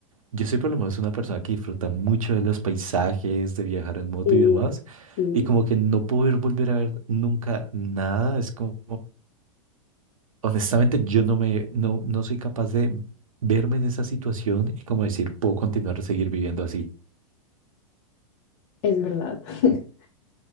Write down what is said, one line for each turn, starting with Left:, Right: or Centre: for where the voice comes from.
Right: Yo soy por lo menos una persona que disfruta mucho de los paisajes, de viajar en moto
Left: Sí,
Right: y demás,
Left: sí,
Right: y como que no poder volver a ver nunca nada, es como, honestamente, yo no me, no, no soy capaz de verme en esa situación y como decir, puedo continuar a seguir viviendo así.
Left: es verdad. <laughs>